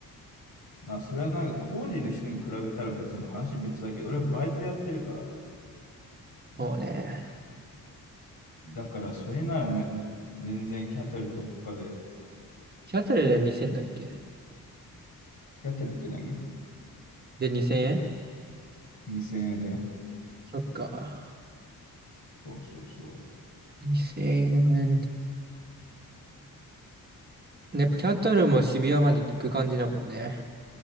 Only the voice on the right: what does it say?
もうね。
日当たりで2000だっけ
で、2000円
そっか。
2000円。ね、キャタルも渋谷まで行く感じだもんね。